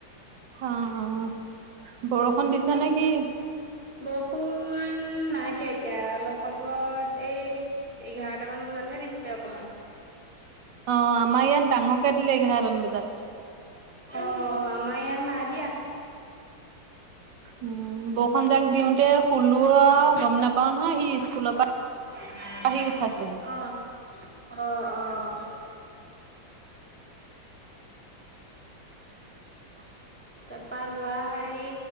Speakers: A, on the right (about 70°); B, in the centre.
A: অ', অ'। বৰষুণ
B: উম।
A: দিছে নেকি?
B: বৰষুণ নাই দিয়া এতিয়া, অলপ আগত এই এঘাৰটা মান বজাতহে দিছিলে অকমান।
A: অ', আমাৰ ইয়াত ডাঙৰকে দিলে এঘাৰতমান বজাত।
B: অ', অমাৰ ইয়াত না দিয়া।
A: উম, বৰষুন যাক দিওঁতে শুলো আৰু গম নাপাওঁ নহয়, সি স্কুলৰ পৰা
B: অ',
A: আহি উঠাইছেহি।
B: অ', অ'। <inaudible> তাৰপা লোৱা হেৰি